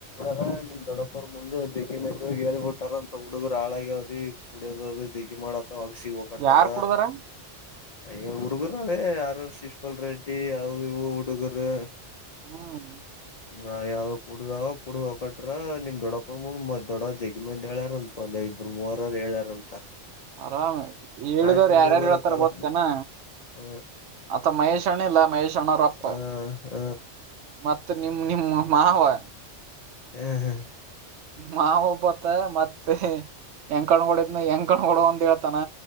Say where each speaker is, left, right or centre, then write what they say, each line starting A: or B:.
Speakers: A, on the left (about 40°); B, on the right (about 80°).
A: ಹ ನಿಮ್ ದೊಡ್ಡಪ್ಪ ಅವರು ಮುಂದ ಗ್ಿ ಮ ಹೇಳಿಬ ಬಿಟ್ಟಾರ ಅಂತ ಹುಡುಗರು ಹಾಳಾಗ್ಯ ಅವ್ರಿ ಕುಡಿಯದ ಹ ಮಾಡ ಮವಾಗ ಸಿಗ ಹೊ ಕಟ್ಟಾರ
B: ಯಾರ್ ಕುಡದಾರ
A: ಅಯ್ಯ ಹುಡುಗರ ಅವೇ ಯಾರ ಶಶ್ಪಾಲ್ ರೆಡ್ಡಿ ಅವ ಇ ಹುಡುಗರು
B: ಹ್ಮ್
A: ನಾವ್ ಯಾವ ಕುಡುದಾವ ಕುಡುದ್ ಹೊಕಟ್ರ ನಿಮ್ ದೊಡ್ಡಪ್ಪಪರ್ ಮುಂದ ಮ ದೊಡ ಜಗಿ ಮಂದ ಹೇಳ್ಯಾರ ಅಂತ ನೀಾವ ಇಬ್ಬರು ಮೂವರರು ಹೇಳ್ಯಾರಂತ
B: ಆರಾಮ್ ಹೇಳಿದವರು
A: ಆಯ್ತು ಹುಡುಗರು
B: ಯಾರ್ಯಾರು ಹೇಳ್ತಾರ
A: ಕಲ
B: ಗೊ್ತ್ತೇನಾ
A: ಹ
B: ಅಥ ಮಹೇಶ್ ಅಣ್ಣ ಇಲ್ಲ ಮಹೇಶ್ಣ್ಣವ್ರಪ್ಪ
A: ಹ ಹ
B: ಮತ್ತ ನಿ ನಿ ಮಾವಯ
A: ಹ್ಮ್ ಹ್ಮ್
B: ಮಾವ ಒಬತ್ತ ಮತ್ತೆ ಹೆಂಗ ಕಣ್ಗಡ ಇದ್ನ ಹೆಂಗ ಕಣ್ಗಡ ಒಂದ ಹೇಳ್ತಾನ